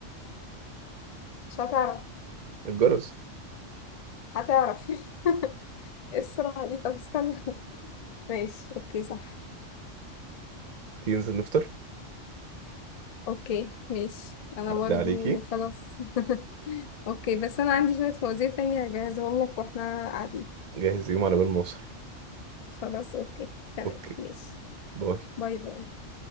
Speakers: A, on the left (about 70°); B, on the right (about 50°).
A: مش هتعرف
B: الجرس
A: هتعرف <laughs> إيه السرعة دي طب استنى <laughs> ماشي اوكي صح
B: تيجي ننزل نفطر
A: اوكي ماشي انا
B: عدى
A: برضو
B: عليكي
A: خلاص <laughs> اوكي بس انا عندي شوية فوازير تانية هجهزهم لك واحنا قاعدين
B: جهز يوم على بال ما اوصل
A: خلاص اوكي تمام
B: اوكي
A: ماشي
B: باي
A: باي باي